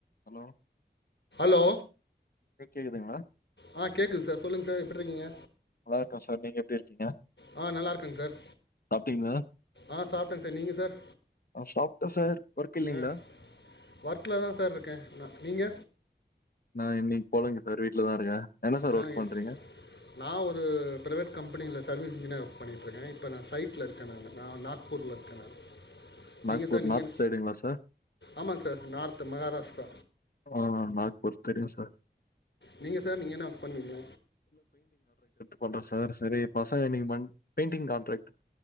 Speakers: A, on the left; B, on the left.
A: Hello
B: லோ
A: கேக்குதுங்களா
B: ஆ கேக்குது சார் சொல்லுங்க சார் விட்ருக்கீங்க
A: நல்லா இருக்க சார் நீங்க எப்டி இருக்கீங்க
B: ஆ நல்லா இருக்கேங்க சார்
A: சாப்ட்டீங்களா
B: ஆ சாப் டேங்க சார் நீங்க சார்
A: ஆ சாப்ட்டே சார் ஒர்க் இல்லைங்களா
B: ஆ வா்கிலாதா சார் இருக்கே நீங்க
A: நா இன்னைக்கு போலங்க சார் வீட்டு்லதா இருக்கே என்ன சார்
B: ஆ
A: ஒர்க்
B: இருக்
A: பண்றீங்க
B: நா ஒரு பிரைவேட் கம்பெனில சர்வீஸ் இன்ஜினியரா ஒர்க் பண்ணிட்ருக்கே இப்போ நா சைட்ல இருக்கே நா நா நாக்பூர்ல இருக்கே நா
A: நாக்பூர்
B: நீங்க சார் நீங்க
A: நார்த் சைடுங்களா சார்
B: ஆமாங்க சார் நார்த் மகாராஷ் த
A: ஆ நாக்பூர் தெரியு சார்
B: நீங்க சார் நீங்க என்ன ஒர்க் பண்ணுரீங்க
A: கோட்ரஸ் தோட சரி பசங்க இன்னக்கி மண்த் பெயண்டிங் கான்ட்ரேக்ட்